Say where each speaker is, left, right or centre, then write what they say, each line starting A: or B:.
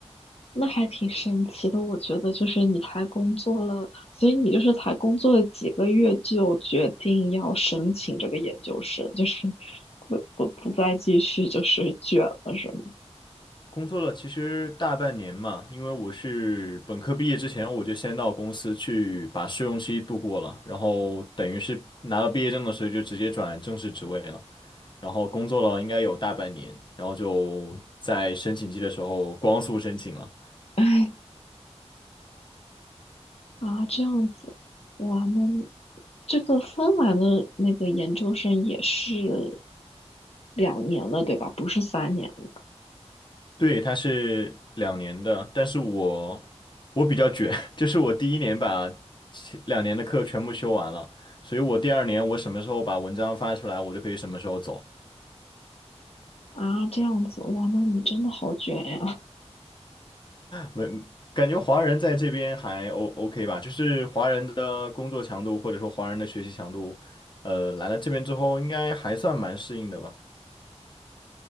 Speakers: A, on the left (about 60°); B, on the left (about 45°).
A: 那还挺神奇的。我觉得就是你才工作了，所以你就是才工作了几个月就决定要申请这个研究生，就是不不不再继续就是卷了，是吗？
B: 工作了其实大半年嘛，因为我是本科毕业之前，我就先到公司去把试用期度过了，然后等于是拿到毕业证的时候就直接转正式职位了，然后工作了应该有大半年，然后就在申请季的时候光速申请了。
A: <laughs> 啊，这样子，哇，那这个芬兰的那个研究生也是两年了，对吧？不是三年的
B: 对，他是两年的，但是我我比较卷，<laughs> 就是我第一年把前两年的课全部修完了，所以我第二年我什么时候把文章发出来，我就可以什么时候走。
A: 啊，这样子，哇，那你真的好卷呀！
B: 没，感觉华人在这边还 O OK 吧，就是华人的工作强度或者说华人的学习强度，呃，来了这边之后应该还算蛮适应的吧。